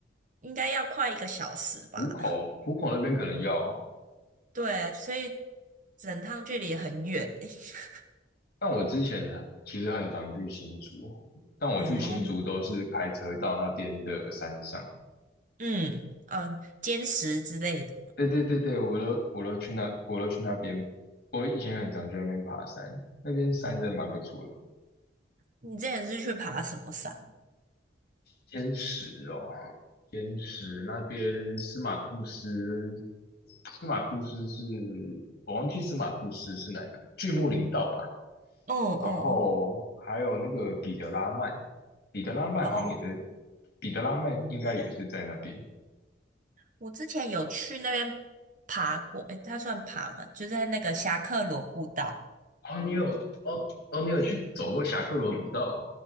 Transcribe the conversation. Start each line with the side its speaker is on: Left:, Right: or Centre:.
Right: 应该要快一个小时吧？
Left: 浦口，浦口那边可能要，
Right: 对，所以整趟距离很远。<laughs>
Left: 但我之前很其实很常去新竹，但我去新竹都是开车到那边的山上。
Right: 哦，嗯嗯，坚持之类的。
Left: 对对对对，我都我都去那我都去那边，我以前很常去那边爬山，那边山真的蛮不错的。
Right: 你之前是去爬什么山？
Left: 天池哦，天池那边司马库斯，司马库斯是我忘记司马库斯是哪一个，巨木林道吧。
Right: 哦哦
Left: 然后还有那个彼得拉曼，彼得拉曼好像也在，
Right: 哦
Left: 彼得拉曼应该也是在那边。
Right: 我之前有去那边爬过，诶，它算爬吗？就是在那个侠客罗步道，
Left: 哦，你有哦哦，你有去走过侠客罗古道啊？